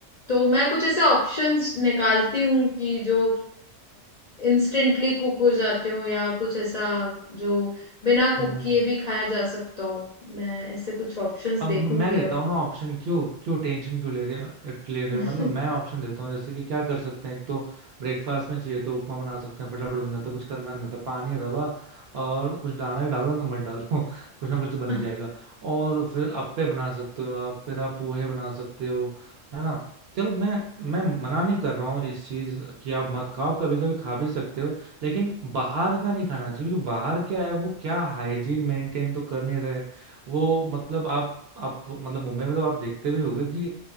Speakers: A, on the left; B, on the right.
A: तो मैं कुछ ऐसे ऑप्शंस निकालती हूँ कि जो इंस्टेंटली कुक हो जाते हो या कुछ ऐसा जो बिना कुक
B: हम्म
A: किए भी खाया जा सकता हो मैं ऐसे कुछ ऑप्शंस
B: अब
A: देखूंगी
B: मैं देता हूँ ना ऑप्शन क्यों क्यों टेंशन क्यों ले रहे हो ले रहे
A: अब
B: हो मतलब मैं ऑप्शन देता हूँ जैसे कि क्या कर सकते हैं एक तो ब्रेकफास्ट में चाहिए तो उपमा बना सकते हैं फटाफट बन जाता है कुछ करना भी नहीं होता पानी रवा और कुछ डालना है डालना तो मत डालो <laughs> कुछ ना कुछ तो बन
A: <laughs>
B: ही जाएगा और फिर अप्पे बना सकते हो आप फिर आप पोहे बना सकते हो है ना चलो मैं मैं मना नहीं कर रहा हूँ इस चीज कि आप मत खाओ कभी कभी खा भी सकते हो लेकिन बाहर का नहीं खाना चाहिए क्योंकि बाहर क्या है वो क्या हाइजीन मेंटेन तो कर नहीं रहे वो मतलब आप आप मतलब मुंबई में तो आप देखते भी होंगे कि